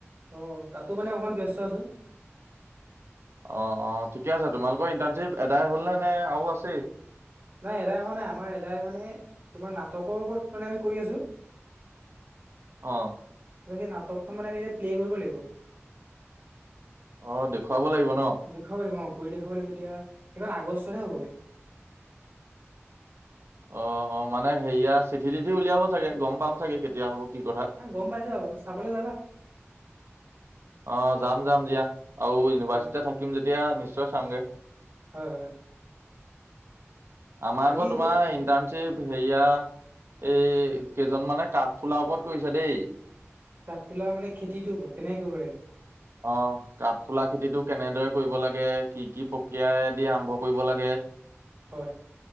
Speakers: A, on the right (about 45°); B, on the right (about 65°).
A: অ তাতো মানে অকমান ব্যস্ত আছো।
B: অ অ ঠিকে আছে। তোমালোকৰ ইণ্টাৰ্ণশ্বিপ এদাই হল নে নে আৰু আছেই?
A: নাই এদাই অহা নাই আমাৰ এদাই মানে তোমাৰ নাটকৰ ওপৰত মানে আমি কৰি আছো।
B: অ।
A: সেই নাটকখন মানে আমি এতিয়া প্লে' কৰিব লাগিব।
B: অ দেখুৱাব লাগিব ন।
A: দেখুৱাব লাগিব, অ কৰি দেখাব লাগিব। এতিয়া সেইখন আগষ্টতহে হ'বগৈ।
B: অ অ, মানে হেৰিয়া চিঠি তিঠি উলিয়াব চাগে গম পাম চাগে কেতিয়া হব কি কথা।
A: গম পাইছা বাৰু, চাবলৈ যাবা?
B: অ যাম যাম দিয়া। আৰু ইউনিভাৰ্চিটিতে
A: অ
B: থাকিম যেতিয়া নিশ্চয় চামগে।
A: হয় হয়।
B: আমাৰ
A: বাকী
B: আকৌ
A: এতিয়া
B: তোমাৰ ইণ্টাৰ শ্বিপ হেৰিয়া এই কেইজন মানে কাঠফুলাৰ ওপৰত কৰিছো দেই।
A: কাঠফুলা মানে খেতিটোৰ ওপৰত কেনেকৈ কৰিব লাগে?
B: অ কাঠফুলা খেতিতটো
A: অ
B: কেনেদৰে কৰিব লাগে কি কি প্ৰক্ৰিয়াই দি আৰম্ভ কৰিব লাগে <inaudible>
A: হয়